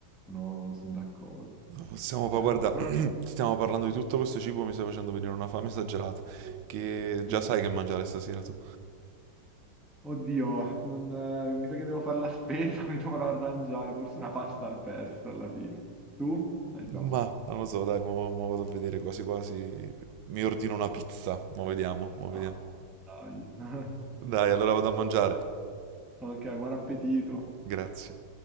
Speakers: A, in the centre; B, on the right.
A: Sono, sono d'accordo.
B: Possiamo,
A: Cioè,
B: pa- guarda,
A: però-
B: <clears throat> stiamo parlando di tutto questo cibo, mi stai facendo venire una fame esagerata, che già
A: eh,
B: sai che mangiare stasera tu.
A: oddio, non, eh, mi sa che devo fare la spesa, <laughs> mi dovrò arrangiare. Forse una pasta al pesto alla fine. Tu? Hai
B: Ma
A: già.
B: non lo so, dai, mo, mo vado a vedere quasi quasi. Mi ordino una pizza, mo vediamo, mo vediamo.
A: Ah, dai. <laughs>
B: Dai, allora vado a mangiare.
A: Ok, buon appetito.
B: Grazie.